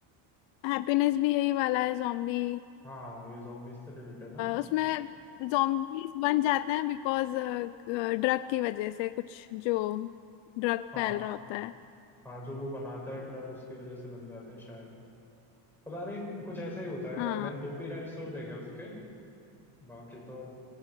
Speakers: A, on the left; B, in the centre.
A: हैप्पीनेस भी यही वाला है जॉम्बी
B: हाँ ये zombies से रिलेटेड है ना
A: उसमें जॉम्बीज बन जाते हैं बिकॉज ड्रग की वजह से कुछ जो ड्रग
B: हाँ
A: फैल रहा होता है
B: हाँ जो वो बनाता है ड्रग उसकी वजह से बन जाते हैं शायद पता नहीं कुछ ऐसा ही होता
A: हाँ
B: है मैं दो तीन एपिसोड देखे उसके बाकी तो